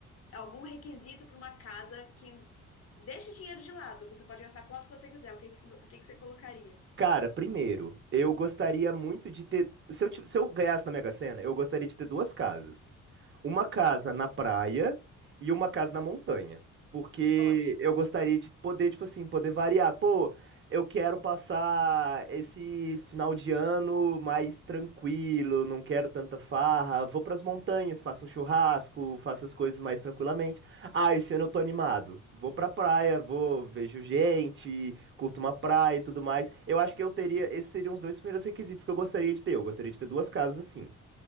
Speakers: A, on the left; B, on the right.
A: algum requisito para uma casa que deixa o dinheiro de lado, você pode gastar quanto você quiser, o que que, o que que você colocaria?
B: Cara, primeiro, eu gostaria muito de ter. Se eu, ti- se eu ganhasse na Mega Sena, eu gostaria de ter duas casas. Uma casa
A: Sim,
B: na praia e uma casa na montanha. Porque
A: ótimo.
B: eu gostaria de poder, tipo assim, poder variar. Pô, eu quero passar esse final de ano mais tranquilo, não quero tanta farra. Vou pras montanhas, faço um churrasco, faço as coisas mais tranquilamente. Ah, esse ano eu tô animado. Vou pra praia, vou, vejo gente curto uma praia e tudo mais. Eu acho que eu teria, esses seriam os dois primeiros requisitos que eu gostaria de ter. Eu gostaria de ter duas casas assim.